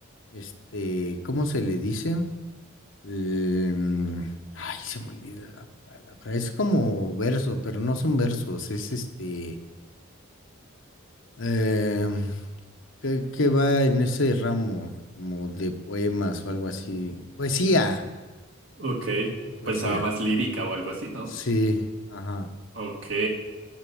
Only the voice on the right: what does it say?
Ok.
Pensaba más lírica o algo así, ¿no?
Ok.